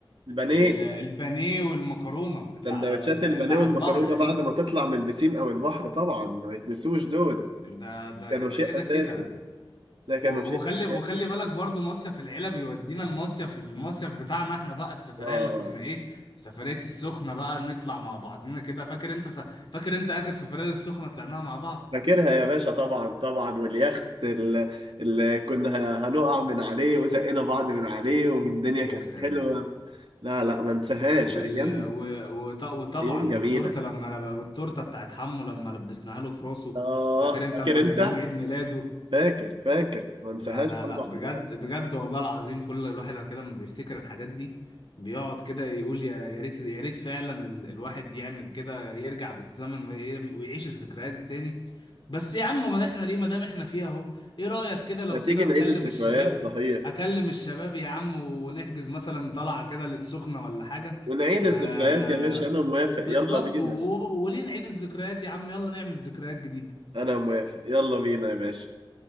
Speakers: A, on the right; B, on the left.
A: البانيه
B: ال البانيه والمكرونه اللي
A: سندوتشات
B: على ال- اللي
A: البانيه
B: على
A: والمكرونة
B: البحر
A: بعد
B: دي
A: ما تطلع من البسين او البحر طبعا ما يتنسوش دول
B: ده ده
A: كانوا
B: كده
A: شيء
B: كده
A: اساسي
B: كده
A: ده كانوا
B: و-
A: شيء
B: وخلي وخلي
A: اساسي
B: بالك برضو مصيف العيلة بيودينا المصيف المصيف بتاعنا احنا بقى السفرية
A: اه
B: اللي كنا ايه سفرية السخنة بقى نطلع مع بعضينا كده فاكر انت س... فاكر انت اخر سفرية للسخنة طلعناها مع بعض
A: فاكرها يا باشا طبعا طبعا واليخت اللي, اللي كنا هن- هنقع من عليه وزقنا بعض من عليه والدنيا
B: يا
A: كانت
B: سلام
A: حلوه لا لا ما انساهاش
B: وال...
A: ايام
B: و... وط... وطبعا
A: ايام جميله
B: والتورتة لما والتورتة بتاعت حمو لما لبسناها له في راسه
A: اه
B: فاكر انت
A: فاكر
B: اما
A: انت
B: كان يوم عيد ميلاده
A: فاكر فاكر ما انساهاش
B: لا لا
A: طبعا
B: لا بجد
A: يعني
B: بجد والله العظيم كل الواحد كده لما بيفتكر الحاجات دي بيقعد كده يقول يا يا ريت يا ريت فعلا ال الواحد يعمل كده يرجع بالزمن وي- ويعيش الذكريات دي تاني بس يا عم ما احنا ليه ما دام احنا فيها اهو ايه رأيك كده لو
A: ما تيجي
B: كده
A: نعيد
B: اكلم
A: الذكريات
B: الشباب
A: صحيح
B: اكلم الشباب يا عم ونحجز مثلا طلعة كده للسخنة ولا حاجة
A: ونعيد
B: آه
A: الذكريات يا باشا انا موافق
B: بالظبط
A: يلا بينا
B: و- و- وليه نعيد الذكريات يا عم يلا نعمل ذكريات جديدة
A: انا موافق يلا بينا يا باشا